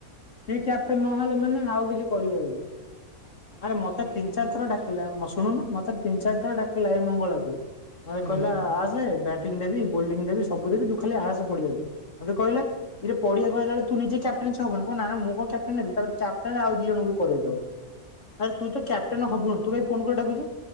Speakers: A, on the left (about 55°); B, on the right (about 75°).
A: ସିଏ କ୍ୟାପଟେନ ନହେଲେ, ମାନେ ଆଉ କିଛି କରିହବନି।
B: ହଁ
A: ଆରେ
B: ହଉ
A: ମତେ
B: ଯିଆ
A: ତିନ,
B: ନହେଲେ
A: ଚାର ଥର
B: ଭାବୁଛି
A: ଡାକିଲା
B: ଆଉ
A: ମ ଶୁଣୁନୁ। ମତେ ତିନି, ଚାର ଥର ଡାକିଲା ଏ ମଙ୍ଗଳାକୁ। ମତେ
B: ହୁଁ
A: କହିଲା, ଆସେ ବ୍ୟାଟିଂ ଦେବି, ବୋଲିଂ ଦେବି, ସବୁ ଦେବି। ତୁ ଖାଲି ଆସେ ପଡିଆକୁ। ମତେ କହିଲା। ଇରେ ପଡ଼ିଆକୁ ଆଇଲା ବଳେ ତୁ ନିଜେ କ୍ୟାପଟେନଛ ହବୁନୁ? କହିଲା ନା ମୁଁ କଣ କ୍ୟାପଟେନ? ତା, ପରେ ଆଉ ଦି ଜଣଙ୍କୁ କରେଇଦବ। ଆରେ, ତୁ ତ କ୍ୟାପଟନ
B: ହୁଁ
A: ହବୁନୁ? ତୁ କାଇଁ ଫୋନ୍ କରି ଡାକୁଛୁ?